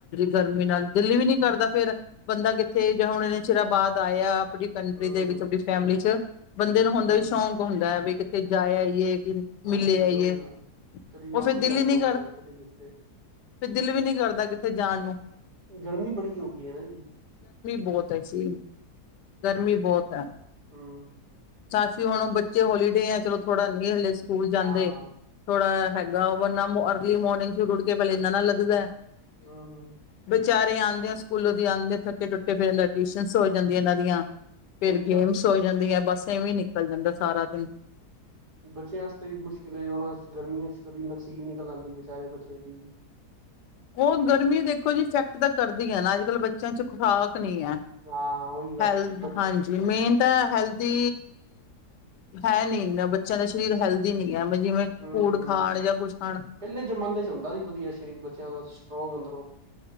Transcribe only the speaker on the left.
ਗਰਮੀ ਨਾਲ ਦਿੱਲੀ ਵੀ ਨੀ ਕਰਦਾ ਫਰ ਬੰਦਾ ਕਿੱਥੇ ਜਾਂ ਹੁਣ ਇਹਨੇ ਚਿਰਾ ਬਾਅਦ ਆਇਆ। ਆਪਣੀ ਕੰਟਰੀ
ਦੇ ਵਿੱਚ ਆਪਣੀ ਫੈਮਿਲੀ ਚ ਬੰਦੇ ਨੂੰ
ਹੁੰਦਾ
ਵੀ ਸ਼ੌਕ ਹੁੰਦਾ ਹੈ ਵੀ। ਕਿਥੇ ਜਾਇਆ ਈ ਐ।
ਮਿਲੇ ਆਈਏ
ਉਹ ਫਿਰ ਦਿਲ ਈ ਨੀ
ਫੇਰ ਦਿਲ ਵੀ ਨੀ ਕਰਦਾ, ਕਿਤੇ ਜਾਣ ਨੂੰ।
ਹੋਰ ਤਾਂ ਕੀ ਗਰਮੀ ਬਹੁਤ ਆ।
ਤਾਂਕਿ ਹੁਣ ਬੱਚੇ ਹੋਲੀਡੇ ਆ, ਚਲੋ ਥੋੜਾ ਕੇਅਰਲੇਸ ਸਕੂਲ ਜਾਂਦੇ
ਥੋੜਾ ਹੈਗਾ ਉਹਨਾ ਅਰਲੀ ਮੋਰਨਿੰਗ ਸ਼ਰੂ ਉਠ ਕੇ ਪਹਿਲੇ ਇੰਨਾ ਨਾ ਲੱਗਦਾ <unintelligible>
ਵਿਚਾਰੇ ਆਉਂਦੇ ਆ, ਸਕੂਲੋਂ ਦੀ ਆਂਦੇ ਥੱਕੇ ਟੁੱਟੇ, ਫਿਰ ਜਾਂਦੇ ਟਿਊਸ਼ਨ ਹੋ ਜਾਂਦੀ ਇਹਨਾਂ ਦੀਆਂ। ਫੇਰ
ਗੇਮਸ
ਹੋ ਜਾਂਦੀਆਂ ਬਸ ਐਵੇਂ ਨਿਕਲ ਜਾਂਦਾ ਸਾਰਾ ਦਿਨ।
ਉਹ ਗਰਮੀ ਦੇਖੋ ਜੀ ਇਫੈਕਟ ਤਾਂ ਕਰਦੀ ਹੈ ਨਾ, ਅੱਜ ਕੱਲ ਬੱਚਿਆਂ ਚ ਖੁਰਾਕ ਨਹੀਂ ਐ,
ਹੈਲਥ
ਹਾਂਜੀ ਮੇਨ ਤਾਂ ਹੈਲਥੀ ਹੈ ਨਹੀ ਇੰਨਾ, ਬੱਚਿਆਂ ਦਾ ਸਰੀਰ ਹੈਲਥੀ ਨਹੀਂ ਹੈ ਜਿਵੇਂ
ਫੂਡ
ਖਾਣ ਜਾਂ ਕੁਛ ਖਾਣ